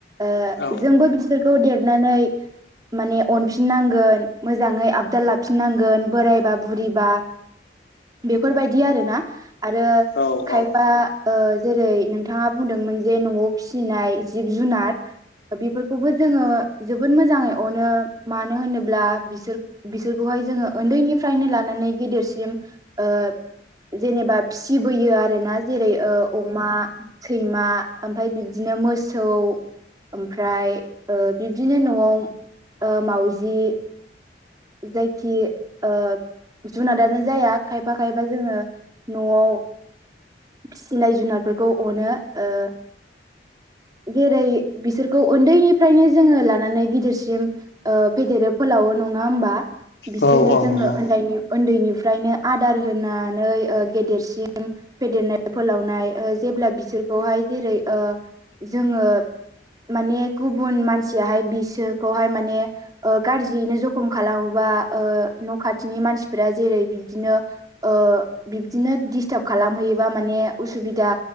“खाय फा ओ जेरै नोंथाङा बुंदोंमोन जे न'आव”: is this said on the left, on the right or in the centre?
Right